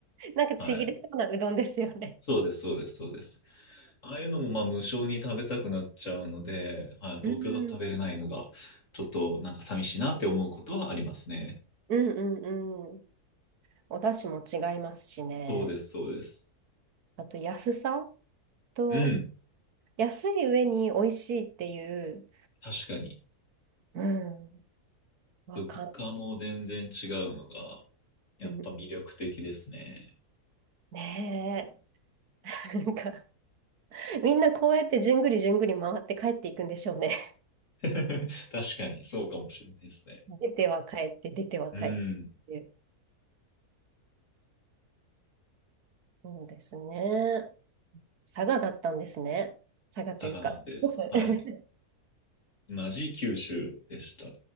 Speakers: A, on the right (about 75°); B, on the left (about 55°).
A: なんかちぎれそうなうどんですよね。
B: はい。そうです、そうです、そうです。ああいうのもまあ無償に食べたくなっちゃうので、はい、東京だと食べれないのが、
A: うん、
B: ちょっとなんか寂しいなって思うことはありますね。
A: うん、うん、うん。お出汁も違いますしね。
B: そうです、そうです。
A: あと安さと、
B: うん、
A: 安い上に美味しいっていう、
B: 確かに。
A: うん、わかん、
B: 物価も全然違うのが、やっぱ魅力的ですね。
A: うんねえ。<laughs> なんか、みんなこうやってじゅんぐりじゅんぐり回って帰っていくんでしょうね。
B: <laughs> 確かに、そうかもしれないですね。
A: <laughs> 出ては帰って、出ては帰ってっていう。
B: うん、
A: そうですね。佐賀だったんですね。佐賀というか、
B: 佐賀なんです。
A: 鳥栖
B: はい。同じ九州でした。